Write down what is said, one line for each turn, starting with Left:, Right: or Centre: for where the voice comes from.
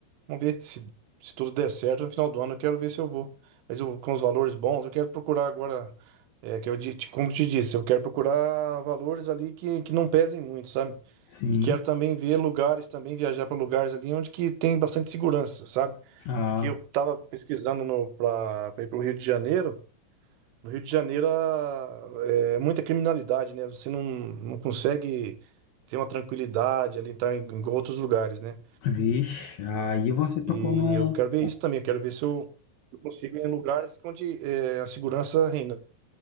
Right: vamos ver se, se tudo der certo no final do ano. Eu quero ver se eu vou. Mas eu, com os valores bons, eu quero procurar agora, é, que eu di- como eu te disse, eu quero procurar valores ali que, que não pesem muito, sabe?
Left: Sim.
Right: E quero também ver lugares, também viajar para lugares ali onde que tem bastante segurança, sabe?
Left: Ah,
Right: Porque eu estava pesquisando no, para ir para o Rio de Janeiro. No Rio de Janeiro a- é muita criminalidade, né? Você não, não consegue ter uma tranquilidade ali tá, em, em outros lugares, né?
Left: vixe. Aí você tocou
Right: E
Left: num.
Right: eu quero ver isso também. Eu quero ver se eu, eu consigo ir em lugares onde é, a segurança reina.